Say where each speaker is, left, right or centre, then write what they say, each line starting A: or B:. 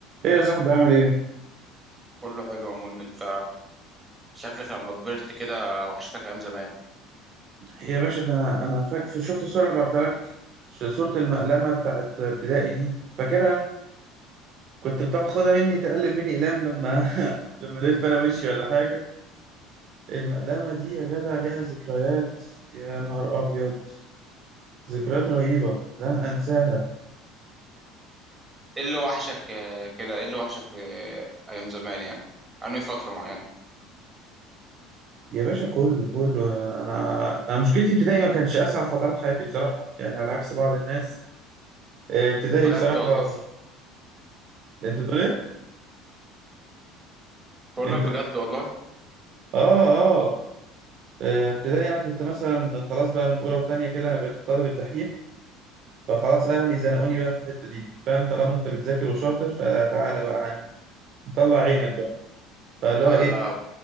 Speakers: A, on the right; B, on the right.
A: ايه يا صاحبي عامل ايه
B: كله حلو يا من انت شكلك لما كبرت كده وحشتك ايام زمان
A: يا باشا ده انا انا فاك... في- شفت الصوره اللي بعتها لك ش- صوره المقلمه بتاعت ابتدائي دي فاكرها كنت بتاخدها مني تقلب مني اقلام لما <laughs> لما الف انا وشي ولا حاجه المقلمه دي يا جدع ليها ذكريات يا نهار ابيض ذكريات رهيبه لن انساها
B: ايه اللي وحشك آه، كده ايه اللي وحشك في ايام زمان يعني انهي فترة معينة
A: يا باشا كله كله انا انا مشكلتي ابتدائي ما كانتش اسعد فترات حياتي بصراحه يعني على عكس بعض الناس آه، ابتدائي
B: بجد
A: بصراحه
B: والله
A: انت بتقول ايه
B: بقول
A: انت
B: لك بجد والله
A: اه اه آه، ابتدائي انا كنت مثلا خلاص بقى من اولى وتانية كده انا بقيت الطالب الدحيح فخلاص اهلي زنقوني بقى في الحته دي فاهم طالما انت بتذاكر وشاطر فتعالى بقى عن طلع عينك بقى فاللي
B: لا
A: هو ايه
B: لا